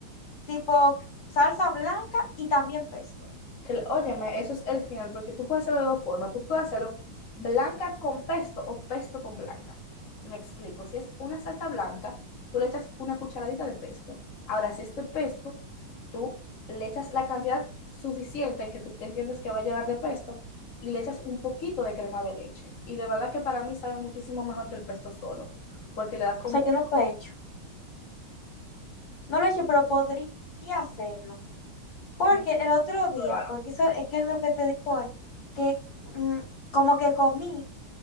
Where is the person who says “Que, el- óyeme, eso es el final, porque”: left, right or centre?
Left